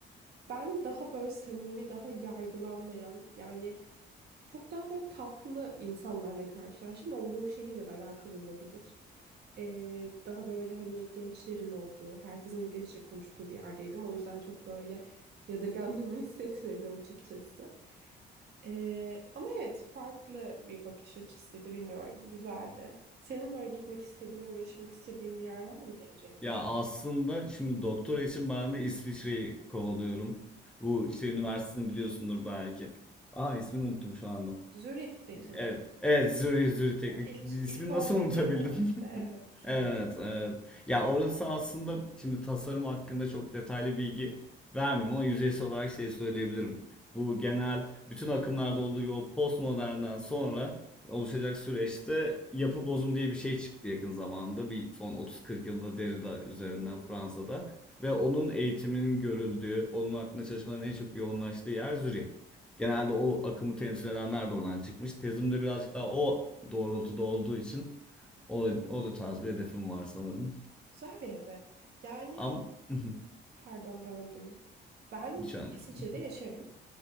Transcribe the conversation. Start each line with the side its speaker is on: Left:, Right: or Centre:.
Right: ben daha böyle samimi, daha yargılanmayan yani çok daha böyle tatlı insanlarla karşılaştım. Olduğum şehirle de alakalı olabilir. Ee, daha böyle hani gençlerin olduğu, herkesin İngilizce konuştuğu bir yerdeydim. O yüzden çok böyle yadırgandığımı <laughs> hissetmedim açıkçası. Ee, ama evet farklı bir bakış açısıydı bilmiyorum güzeldi. Senin böyle gitmek istediğin ya da yaşamak istediğin bir yer var mı gelecekte?
Centre: Ya aslında şimdi doktora için ben de İsviçre'yi kovalıyorum. Bu şey üniversitesini biliyorsundur belki. Aa ismini unuttum şu anda.
Right: Zürih'teki mi?
Centre: Evet. Evet Zürih Zürih Teknik.
Right: İlk
Centre: İsmini
Right: ilk ondaki
Centre: nasıl unutabildim?
Right: üniversite
Centre: <laughs>
Right: evet tamam.
Centre: Evet, evet. Ya orası aslında şimdi tasarım hakkında çok detaylı bilgi vermeyeyim ama yüzeysel olarak şey söyleyebilirim. Bu genel bütün akımlarda olduğu gibi o postmodernden sonra oluşacak süreçte yapı bozum diye bir şey çıktı yakın zamanda. Bir son 30-40 yılda Derrida üzerinden
Right: Hı hı.
Centre: Fransa'da ve onun eğitiminin görüldüğü, onun hakkında çalışmaların en çok yoğunlaştığı yer Zürih. Genelde o akımı temsil edenler de oradan çıkmış. Tezim de birazcık daha o doğrultuda olduğu için o, o da tarz bir hedefim var sanırım.
Right: Güzel bir hedef. Yani
Centre: Am <laughs>
Right: pardon böldüm. Ben
Centre: hiç önemli
Right: İsviçre'de
Centre: değil.
Right: yaşarım.